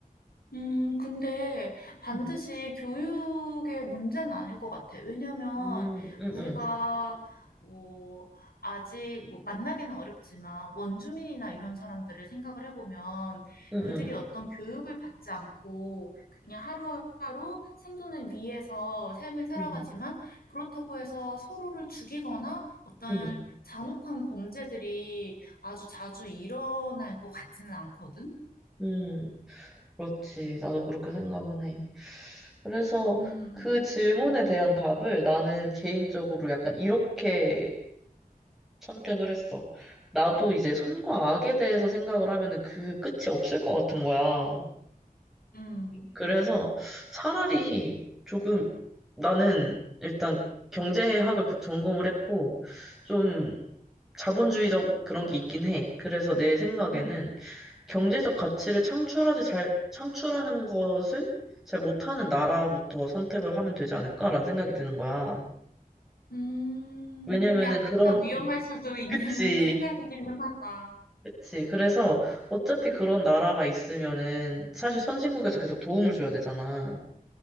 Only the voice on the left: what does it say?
음, 근데 반드시
교육의 문제는 아닐 것 같아. 왜냐면
우리가
뭐 아직 뭐 만나기는 어렵지만 원주민이나 이런 사람들을 생각을 해보면
그들이 어떤 교육을 받지 않고 그냥 하루하루 생존을 위해서 삶을 살아가지만
그렇다고 해서 서로를 죽이거나 어떤
잔혹한 범죄들이 아주 자주 일어날 것 같지는 않거든.
음,
음.
음,
음,
약간
위험할 수도 있는
<laughs> 생각이기는 하다.